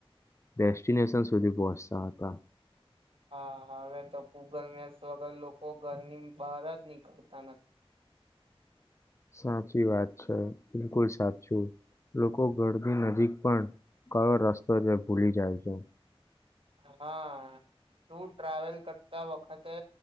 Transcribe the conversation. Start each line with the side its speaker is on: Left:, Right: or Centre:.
Left: ડેસ્ટિનેશન સુધી પહોંચતા હતા
Right: હા હા હવે તો ગૂગલ મેપ્સ વગર લોકો ઘરની બહાર જ નીકળતા નથી
Left: સાચી વાત છે બિલકુલ સાચું લોકો ઘરની નજીક પણ કયો રસ્તો જે ભૂલી જાય છે
Right: હા ટું ટ્રાવેલ કરતા વખતે